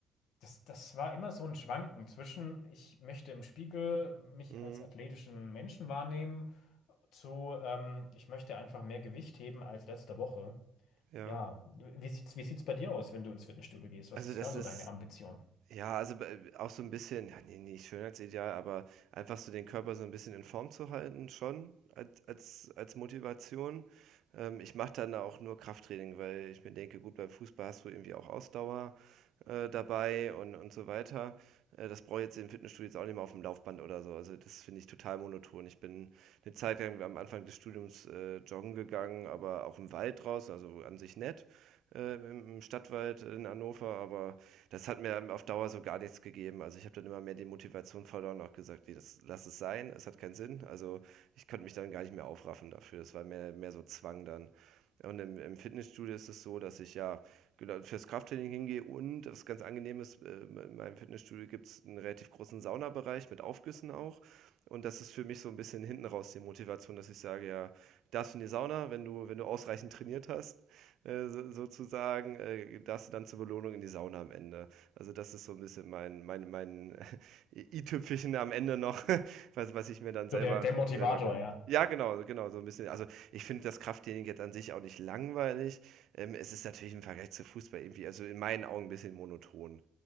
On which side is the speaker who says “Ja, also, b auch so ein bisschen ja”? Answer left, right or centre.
Right